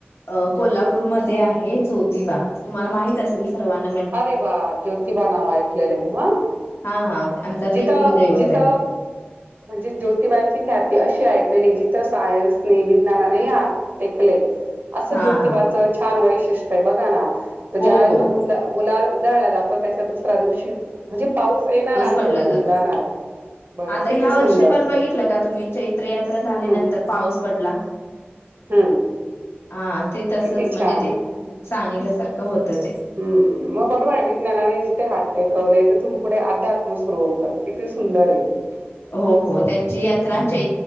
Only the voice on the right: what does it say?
अरे वा ज्योतिबा नाव ऐकलेलं आहे म
जित
जित
म्हणजे ज्योतिबाईची ख्याती अशी ऐकलेली जिथं सायन्स नाही विज्ञाना नाही आह टेकले असं
ज्योतिबाच
छान वैशिष्ट्य आहे बघा ना तर
ज्या वेळेला
तो गु गुलाल उधळला जातो त्याच्या दुसऱ्या दिवशी म्हणजे पाऊस येणार आणि
तो धु
जाणार बघा
किती
सुंदर
हं,
हं.
किती
छान
हम्म मग बरं आहे विज्ञानाने जिथे हात टेकवले तिथून पुढे अध्यात्म सुरू होतात किती सुंदर आहे ह